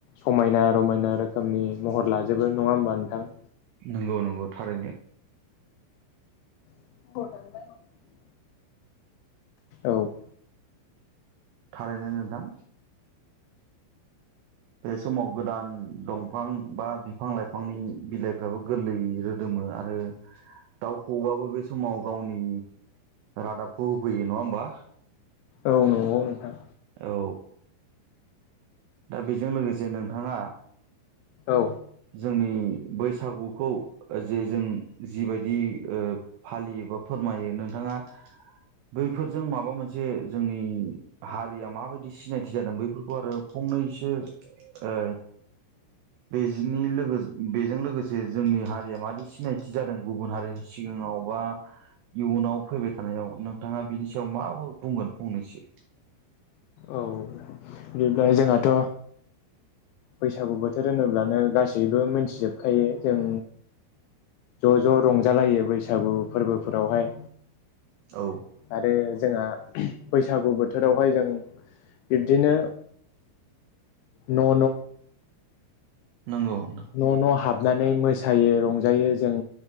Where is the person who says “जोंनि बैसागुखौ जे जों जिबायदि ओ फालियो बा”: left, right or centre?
Right